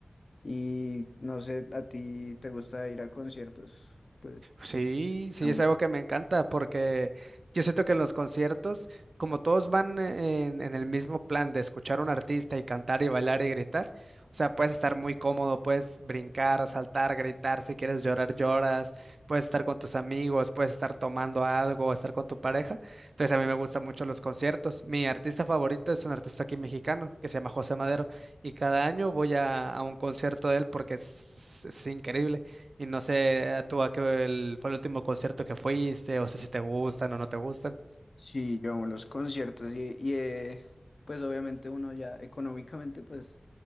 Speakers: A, on the left (about 60°); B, on the right (about 75°).
A: Y no sé, ¿a ti te gusta ir a conciertos? Pues
B: Sí, sí,
A: amo-
B: es algo que me encanta porque yo siento que en los conciertos, como todos van eh, en, en el mismo plan de escuchar a un artista y cantar y bailar y gritar, o sea, puedes estar muy cómodo, puedes brincar, saltar, gritar, si quieres llorar, lloras, puedes estar con tus amigos, puedes estar tomando algo, estar con tu pareja. Entonces a mí me gustan mucho los conciertos. Mi artista favorito es un artista aquí mexicano que se llama José Madero y cada año voy a, a un concierto de él porque es es- es increíble. Y no sé tú a qué el- fue el último concierto que fuiste, o sé si te gustan o no te gustan.
A: sí, yo amo los conciertos y, y, eh, pues obviamente uno ya económicamente pues